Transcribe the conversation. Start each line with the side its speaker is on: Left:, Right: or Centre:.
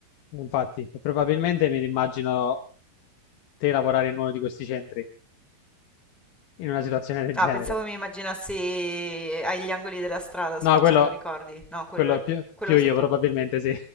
Left: infatti, e probabilmente mi immagino te lavorare in uno di questi centri, in una situazione del
Centre: Ah,
Left: genere.
Centre: pensavo mi immaginassi agli angoli della strada spacciando
Left: No, quello,
Centre: ricordi. No, quello,
Left: quello più,
Centre: quello
Left: più
Centre: sei
Left: io,
Centre: tu.
Left: probabilmente sì.